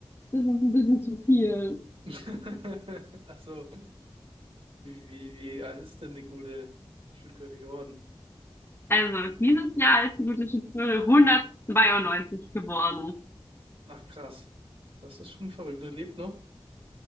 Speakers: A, on the left; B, on the right.
A: das ist ein bisschen zu viel.
B: <laughs> Also, wie, wie, wie alt ist denn die gute Schildkröte geworden?
A: Also, dieses Jahr ist die gute Schütze 192 geworden.
B: Ach, krass. Das ist schon verrückt. Du lebt noch?